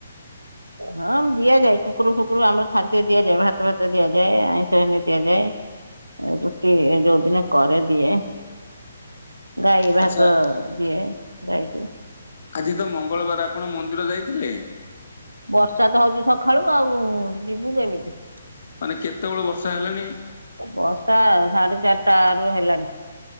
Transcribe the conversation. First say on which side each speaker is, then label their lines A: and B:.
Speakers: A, on the right; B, on the left.
A: ହଁ ମ୍ ଦିଆଯାଏ କୁ କୁକୁରକୁ ଫୁକୁରକୁ ଆମର ଖାଦ୍ୟ ଦିଆଯାଏ ଭାତ ଫାତ ଦିଆଯାଏ ଆଇଁଷ ହେଲେ ଦିଆଯାଏ। ରୁଟି ଏ ଯୋଉଦିନ କରେ ଦିଏ ଗାଈ ଭାତ
B: ଆଚ୍ଛା
A: ଦିଏ ଗାଈକୁ।
B: ଆଜି ତ ମଙ୍ଗଳବାର ଆପଣ ମନ୍ଦିର ଯାଇଥିଲେ?
A: ବର୍ଷା ତ ହଉଚି ସଖାଳୁ ଆଉଁ ଯିବୁ କେମିତି?
B: ମାନେ କେତେବେଳୁ ବର୍ଷା ହେଲାଣି?
A: ବର୍ଷା ସାଢ଼େ ଚାରଟା ରୁ ହେଲାଣି।